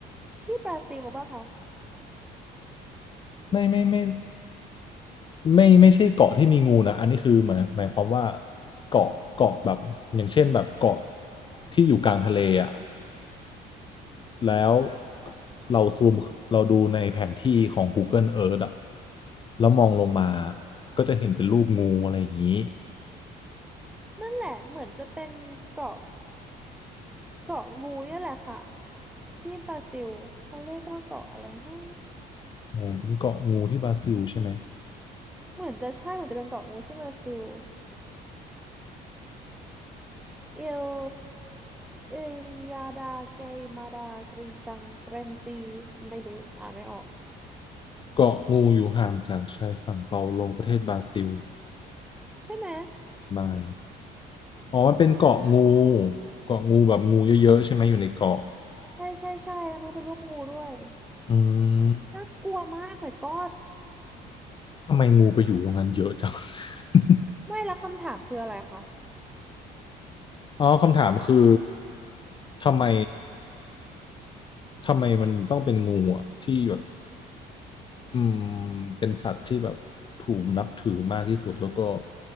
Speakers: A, in the centre; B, on the left.
A: ที่บราซิลปะคะ
B: ไม่ไม่ไม่ไม่ไม่ใช่เกาะที่มีงูนะ อันนี้คือหมายหมายความว่าเกาะเกาะแบบอย่างเช่นแบบเกาะที่อยู่กลางทะเลอ่ะแล้วเราซูมเราดูในแผนที่ของ Google Earth อ่ะแล้วมองลงมา ก็จะเห็นเป็นรูปงูอะไรอย่างนี้
A: นั่นแหละเหมือนจะเป็นเกาะเกาะงูเนี่ยแหละค่ะที่บราซิลเขาเรียกว่าเกาะอะไรนะ
B: งูเป็นเกาะงูที่บราซิลใช่ไหม
A: เหมือนจะใช่เหมือนจะเป็นเกาะกูดที่บราซิลเอลเอยาดาเกยมาดากรีจังเกรงจีไม่รู้อ่านไม่ออก
B: เกาะงูอยู่ห่างจากชายฝั่งเปาโลประเทศบราซิล
A: ใช่ไหม
B: ไมล์อ๋อมันเป็นเกาะงูเกาะงูแบบงูเยอะๆใช่ไหมอยู่ในเกาะ
A: ใช่ใช่ใช่แล้วมันก็เป็นรูปงูด้วย
B: อืม
A: น่ากลัวมากเหมือนกอด
B: ทำไมงูไปอยู่ตรงนั้นเยอะจัง <laughs>
A: ไม่และคำถามคืออะไรคะ
B: อ๋อคำถามคือทำไมทำไมมันต้องเป็นงูอ่ะที่แบบอืมเป็นสัตว์ที่แบบถูกนับถือมากที่สุดแล้วก็